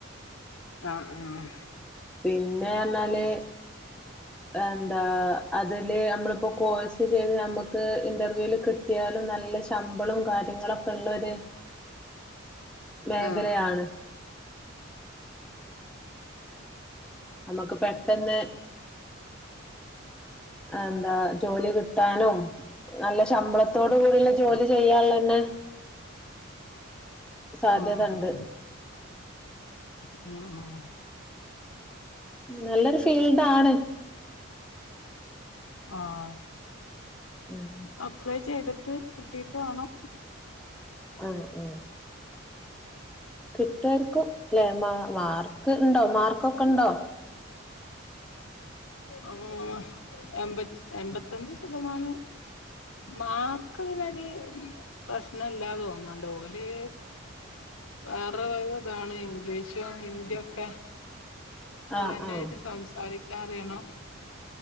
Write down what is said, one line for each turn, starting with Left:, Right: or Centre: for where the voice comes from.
Left: ആഹ്.. ആ..
Centre: പിന്നെയെന്നാല് എന്തായതില് നമ്മള് പെ ഇപ്പോകോഴ്സ് ചെയ്ത് നമ്മുക്ക് ഇന്റർവ്യൂവില് കിട്ടിയാലും നല്ലശമ്പളം കാര്യങ്ങളൊക്കെയുള്ളൊരു, മേഖലയാണ്.
Left: ആഹ് ആഹ്
Centre: നമുക്ക്പെട്ടെന്ന് എന്താ, ജോലി കിട്ടാനും. നല്ല ശമ്പളത്തോടുകൂടിയുള്ള ജോലിചെയ്യാൻതന്നെ സാധ്യതയുണ്ട്.
Left: ആഹ് ഉം ഉം
Centre: നല്ലൊരുഫീൽഡാണ്.
Left: ആഹ
Centre: ഉം
Left: അപ്ലൈ ചെയ്ത കുത്ത് കുത്തിീയിട്ട വണോ
Centre: ആഹ ഉഹ കിട്ടുരിക്കും അല്ലെ മാ മാർക്ക് ഇണ്ടോ മാർക്കൊക്കെ ഇണ്ടോ
Left: ആ എമ്പത്തി എമ്പത്തഞ്ച ശതമാനം മാർക്ക്തിനൊരു പ്രശ്ന ഇല്ലാതെ തോന്നുന്നു ഡോോഗലിോ വേറെ ഇതാണ് ഇംഗ്ലീഷും ഹിന്ദിയ ഒക്കെ
Centre: ആഹ്
Left: എറായിട്ട്
Centre: ആഹ്
Left: സംസാരിക്കും കറിയണോ